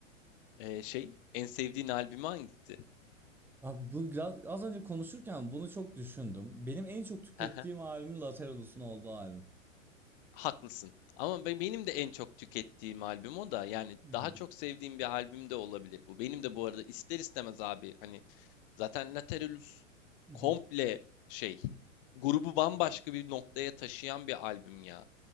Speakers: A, on the left; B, in the centre.
A: Ee, şey en sevdiğin albümü hangisi?
B: Abi bu biraz, az önce konuşurken bunu çok düşündüm. Benim en çok tükettiğim
A: <laughs>
B: albüm Lateralus'un olduğu albüm.
A: Haklısın. Ama be- benim de en çok tükettiğim albüm o da. Yani
B: Hı hı.
A: daha çok sevdiğim bir albüm de olabilir bu. Benim de bu arada ister istemez abi hani zaten Lateralus
B: Hı hı.
A: komple şey grubu bambaşka bir noktaya taşıyan bir albüm ya.